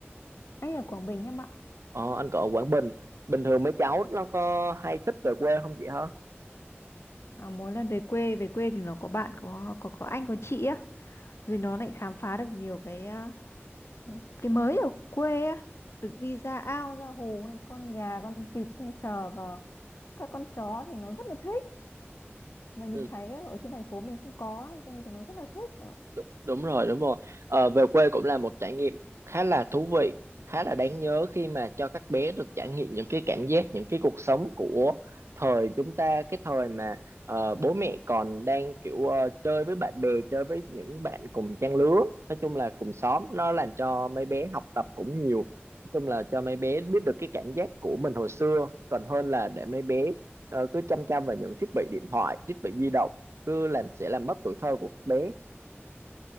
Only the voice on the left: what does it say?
Anh ở Quảng Bình em ạ.
À, mỗi lần về quê về quê thì nó có bạn có có có anh có chị á rồi nó lại khám phá được nhiều cái à, Ờ, Cái cái mới ở quê á, được đi ra ao, ra hồ hay con gà, con vịt hay sờ vào các con chó thì nó rất là thích. Mà nhìn
thấy ở trên thành phố mình không có ấy, cho nên chúng nó rất là thích em ạ.